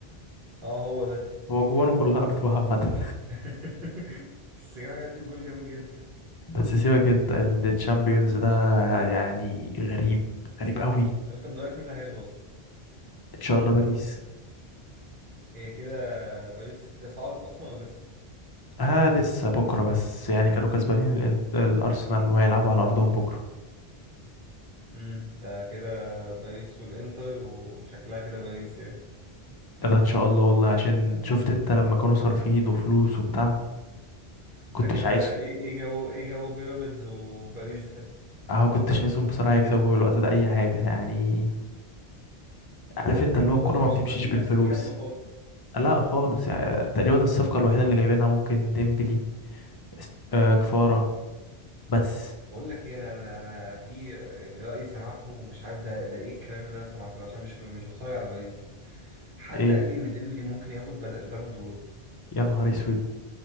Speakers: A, on the right; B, on the left.
A: اه هو ده
B: هو جوانه كلها ارتو عامة
A: <laughs> بس جاب حتة جول جامد جدا
B: بس سيبك انت الشامبيونز ده يعني غريب غريب قوي
A: لو انت من رأيك مين اللي هياخده أصلا
B: ان شاء الله باريس
A: هي كده باريس كده صعدت أصلا ولا لسه؟
B: اه لسه بكره بس يعني كانوا كسبانين الان- الارسنال وهيلعبوا على ارضهم بكره
A: امم ده كده باريس والإنتر وشكلها كده باريس يعني
B: كده ان شاء الله والله عشان شفت انت لما كانوا صارفين وفلوس وبتاع
A: ده
B: كنتش
A: كده
B: عايز
A: ايه ايه جو ايه جو بيراميدز وباريس ده
B: اه كنتش عايزهم بصراحه يكسبوا في الوقت ده اي حاجه يعني عارف انت اللي
A: هما
B: هو الكوره
A: دلوقتي
B: ما
A: مش
B: بتمشيش
A: صارفين
B: بالفلوس
A: نفس الكم خالص
B: لا خالص يعني تقريبا الصفقه الوحيده اللي جايبينها ممكن ديمبلي است- آه كفاره بس
A: بقول لك ايه انا انا انا في يعني رايي سمعته مش عارف ده ده ايه الكلام اللي انا سمعته ده، عشان مش مش بتفرج على باريس حد
B: ايه
A: قال لي ان ديمبلي ممكن ياخد بال- البالون دور
B: يا نهار اسود